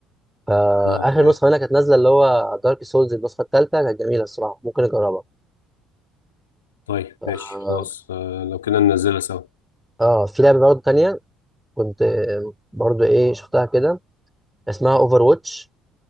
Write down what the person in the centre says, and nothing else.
فاخر
نسخه منها كانت نازله اللي هو دارك سولز النسخه الثالثه كانت جميله الصراحه ممكن اجربها
اه
آه، في لعبه برضه تانية كنت آه، برضه ايه شفتها كده اسمها اوفر واتش